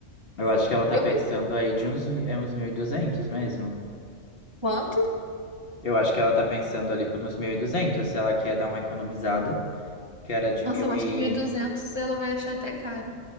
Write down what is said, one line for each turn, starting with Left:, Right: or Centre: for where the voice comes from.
Left: Eu acho que ela tá
Right: Eu,
Left: pensando aí de uns, mi- é uns 1.200 mesmo.
Right: enquanto.
Left: Eu acho que ela tá pensando ali por uns 1.200, se ela quer dar uma economizada, que era de
Right: Nossa,
Left: mil
Right: eu acho
Left: e...
Right: que mil e duzentos ela vai achar até caro.